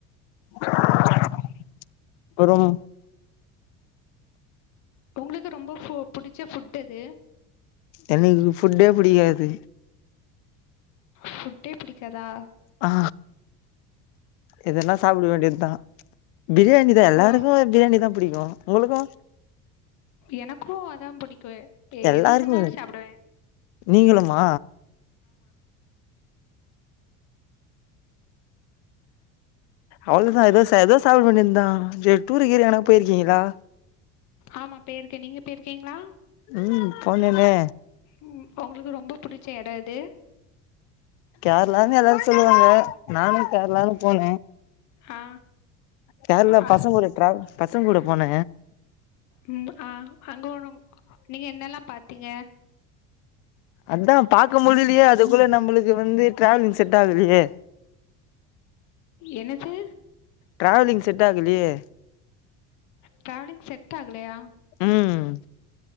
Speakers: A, on the left; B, on the left.
A: அப்றம்
B: உங்களுக்கு ரொம்ப ஃபோ புடிச்ச ஃபுட் எது
A: எனக்கு ஃபுட்டே புடிக்காது
B: ஃபுட்டே புடிக்காதா
A: ஆ எதனா சாப்ட வேண்டிதா பிரியாணி தா எல்லாருக்குமே
B: ஓ
A: பிரியாணிதா பிடிக்கு உங்ளுக்கூ
B: எனக்கு அதா பிடிக்கு பே
A: எல்லாருக்கு
B: எது தந்தாலு சாப்டுவ
A: நீங்களுமா அவுள்தா ஏதோ சே ஏதோ சாப்ட வேண்டிதா இந்த டூறு கீறு எங்கனா போயிருக்கீங்களா
B: ஆமா பேயிருக்க நீங்க பேயிருக்கீங்ளா
A: உம் போனோமே
B: உம் உங்களுக்கு ரொம்ப புடிச்ச எட எது
A: கேரளான்னு எல்லாரு சொல்லுவாங்க நானு கேரளான்னு போன
B: ஆ
A: கேரளா
B: ஆ
A: பசங்க கூட டிரா பசங்க கூட போன
B: உம் ஆ அங்கோனோ நீங்க என்னலா பாத்திங்க
A: அதா பாக்க முடிலியே அதுக்குள்ள நம்ளுக்கு வந்து ட்ராவலிங் செட்டாகலியே
B: என்னது
A: ட்ராவலிங் செட்டாகலியே
B: ட்ராவலிங் செட்டாகலையா
A: உம்